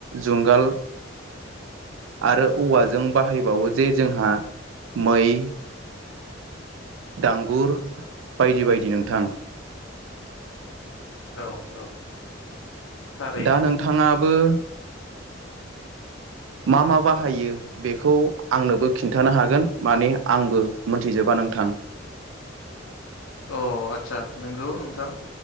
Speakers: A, on the right (about 70°); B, on the left (about 85°).
A: जुंगाल आरो औवाजों बाहायबावो जे जोंहा मै दांगुर बायदि बायदि नोंथां।
B: औ औ। थारैनो
A: दा नोंथाङा बो मा मा बाहायो बेखौ आंनोबो खिन्थानो हागोन माने आंबो मोनथिजोबा नोंथां।
B: अ आतसा नोंगौ नोंथां